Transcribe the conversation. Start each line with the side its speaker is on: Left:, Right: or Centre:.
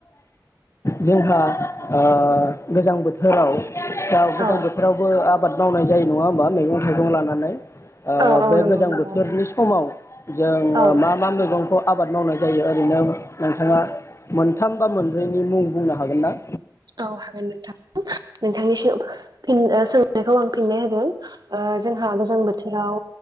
Left: जोंहा ओ गोजां बोथोराव गोजां
Right: औ
Left: बोथोरावबो आबाद मावनाय जायो नङा होमबा मैगं थाइगं लानानै ओ
Right: औ औ
Left: बे
Right: नंगौ
Left: गोजां
Right: नंगौ
Left: बोथोरनि समाव जोंङो
Right: औ
Left: मा मा मैगं खौ आबाद मावनाय जायो ओरैनो नोंथाङा मोनथाम बा मोनब्रैनि मुं बुंनो हागोन ना
Right: औ हागोन नोंथां नोंथांनि सों ओ सोंनायखौ आं फिननाय होगोन ओ जोंहा गोजां बोथोराव